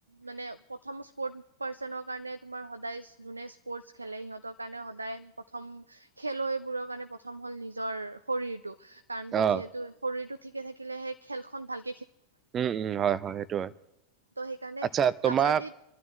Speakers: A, on the right; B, on the right.
A: মানে প্ৰথম স্পৰ্ট পাৰ্চনৰ কাৰণে তোমাৰ সদায় যোনে স্পৰ্টচ খেলে, সিহঁতৰ কাৰণে সদায় প্ৰথম খেলুৱৈবোৰৰ কাৰণে প্ৰথম হ'ল নিজৰ শৰীৰটো। কাৰণ কিয়
B: অ
A: যিহেতু শৰীৰটো ঠিকে থাকিলে সেই খেলখন ভাল
B: উম উম হয় হয় সেইটো হয়।
A: ত' সেইকাৰণে
B: আচ্ছা তোমাক
A: কাবাডীত